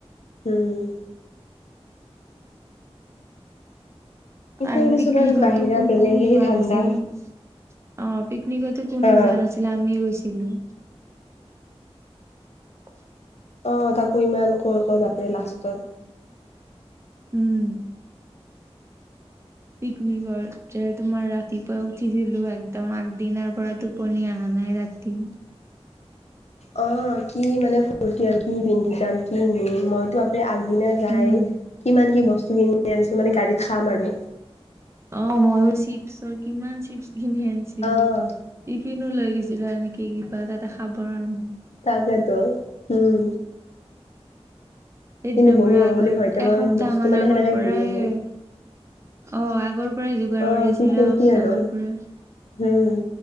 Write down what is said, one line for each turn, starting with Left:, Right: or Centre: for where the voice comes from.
Left: হম। এতিয়া
Right: আৰু
Left: মানে
Right: পিকনিকতো
Left: চব বাহিৰা
Right: কোনো
Left: বেলেগ সেই
Right: যোৱা
Left: ঠাণ্ডা
Right: নাছিল। অ পিকনিকতো কোনো
Left: হা
Right: যোৱা নাছিলে আমিয়ে গৈছিলো। <inaudible>
Left: অ তাকো ইমান কয় কয় বাপৰে লাষ্টত।
Right: উম। পিকনিকৰ যে তোমাৰ ৰাতিপুৱাই উঠিছিলো একদম আগদিনাৰ পৰা টো পনি অহা নাই ৰাতি।
Left: অ কি মানে ফূৰ্তি আৰু কি পিন্ধি যাম কিনিম, মইতো আপুনি আগদিনা যাই
Right: উম
Left: কিমান কি বস্তু কিনি আনিছোঁ মানে গাড়ীত খাম আৰু।
Right: অ মইও চিপছৰ কিমান চিপছ কিনি আনি ছিলো,
Left: অ'
Right: টিফিনো লৈ গৈছিলো এনে কি কিবা তাতে খাবৰ কাৰণে।
Left: তাকেতো উম।
Right: সেইদিনা
Left: কিন্তু বমি
Right: পুৰা
Left: হ'ব
Right: আগৰ
Left: বুলি ভয়তে
Right: এসপ্তাহ
Left: মোৰ বস্তু
Right: মান
Left: মানে
Right: আগৰ
Left: সেনেকে
Right: পৰাই
Left: ঘূৰি আহিল
Right: অ আগৰ পৰাই যোগাৰ
Left: অ'
Right: কৰি আছিলো
Left: কি ফূৰ্তি
Right: এসপ্তাহ
Left: আৰু
Right: মান <unintelligible>
Left: উম,